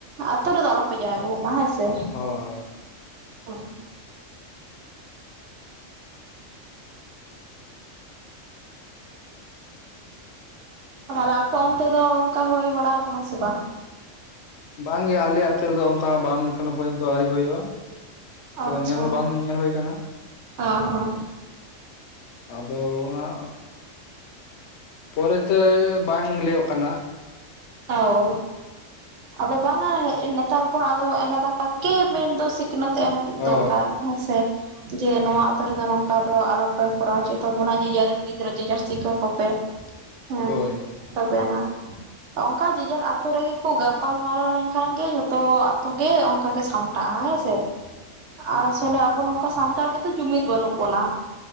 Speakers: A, on the right; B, on the left.
A: ᱟᱛᱩ ᱨᱮᱫᱚ ᱟᱞᱚ ᱯᱮ ᱡᱟᱶᱟᱭ ᱵᱟᱹᱦᱩᱜ ᱢᱟ ᱦᱮᱸ ᱥᱮ,
B: ᱦᱚ ᱦᱚ
A: ᱦᱚᱸ᱾ ᱛᱟᱦᱚᱞᱮ ᱟᱯᱮ ᱚᱱᱛᱮ ᱫᱚ ᱚᱱᱠᱟ ᱦᱚᱭ ᱵᱟᱲᱟ ᱟᱠᱟᱱᱟ ᱥᱮ ᱵᱟᱝ?
B: ᱵᱟᱝ ᱜᱮ ᱟᱞᱮ ᱟᱛᱩ ᱨᱮᱫᱚ ᱚᱱᱠᱟ ᱵᱟᱝ ᱮᱠᱷᱚᱱᱚ ᱯᱚᱨᱡᱚᱱᱛᱚ ᱟᱣᱨᱤ ᱦᱩᱭᱩᱜ-ᱟ᱾
A: ᱟᱪᱪᱷᱟ
B: ᱛᱚ ᱧᱮᱞ ᱦᱚᱸ ᱵᱟᱝ ᱧᱮᱞ ᱦᱚᱭ ᱠᱟᱱᱟ,
A: ᱚ ᱦᱚᱸ
B: ᱦᱮᱸ ᱥᱮ᱾ ᱟᱫᱚ ᱦᱟᱸᱜᱼᱼ ᱯᱚᱨᱮ ᱛᱮ ᱵᱟᱝ ᱞᱟᱹᱭᱚᱜ ᱠᱟᱱᱟ᱾
A: ᱚᱣ ᱟᱫᱚ ᱵᱟᱝᱟ ᱦᱮᱸᱜ ᱱᱮᱛᱟᱨ ᱠᱷᱚᱱ ᱟᱫᱚ ᱮᱸᱜᱟᱛ ᱟᱯᱟᱛ ᱠᱮ ᱢᱮᱱ ᱫᱚ ᱥᱤᱼᱼ ᱥᱤᱠᱷᱱᱟᱹᱛ ᱮᱢ
B: ᱚ
A: ᱫᱚᱨᱠᱟᱨ ᱦᱮᱸ ᱥᱮ᱾ ᱡᱮ ᱱᱚᱣᱟ ᱟᱛᱩ ᱨᱮᱫᱚ ᱱᱚᱝᱠᱟ ᱫᱚ ᱟᱞᱚ ᱯᱮ ᱠᱚᱨᱟᱣ ᱚᱪᱩᱭ ᱛᱟᱵᱚᱱᱟ᱾ ᱡᱮᱡᱟᱨᱮᱱ ᱜᱤᱫᱽᱨᱟᱹ ᱡᱮᱡᱟᱨ ‌ᱥᱤᱠᱟᱹᱣ ᱠᱚᱯᱮ᱾
B: <inaudible>
A: ᱦᱮᱸ
B: ᱦᱳᱭ
A: ᱛᱚᱵᱮ ᱟᱱᱟᱜᱼᱼ ᱚᱱᱠᱟ ᱡᱮᱡᱟᱹᱨ ᱟᱛᱩ ᱨᱮᱜᱮ ᱠᱚ ᱜᱟᱯᱟᱞ ᱢᱟᱨᱟᱣ ᱞᱮᱱᱠᱷᱟᱱ ᱜᱮ ᱡᱷᱚᱛᱚ ᱟᱛᱩ ᱜᱮ ᱚᱱᱠᱟ ᱜᱮ ᱥᱟᱢᱴᱟᱜ-ᱟ ᱦᱮᱸ ᱥᱮ᱾
B: <inaudible>
A: ᱟᱥᱚᱞᱮ ᱟᱵᱚ ᱱᱚᱝᱠᱟ ᱥᱟᱱᱛᱟᱲ ᱜᱮᱛᱚ ᱡᱩᱢᱤᱫ ᱵᱟᱹᱱᱩᱜ ᱵᱚᱱᱟ